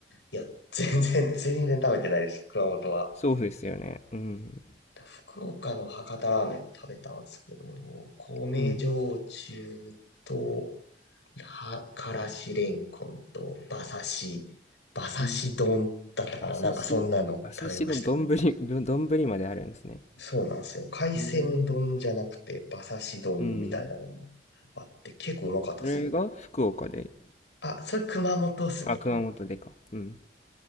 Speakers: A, on the left; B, on the left.
A: いや、全然、全然食べてないです、熊本は。
B: そうですよね。うん。
A: 福岡の博多ラーメンが食べたんですけども、米焼酎と、
B: うん。
A: はからしれんこんと、馬刺し、馬刺し丼だったかななんかそんなの食べました。
B: うん。馬刺し、馬刺しの丼、<laughs> ぶ丼まであるんですね。
A: そうなんですよ。海鮮丼じゃなくて、
B: えー
A: 馬刺し丼みたいなのもあって、
B: うん。
A: 結構うまかったですよ。
B: それが福岡で、
A: あ、それ熊本っすね。
B: あ、熊本でか。うん。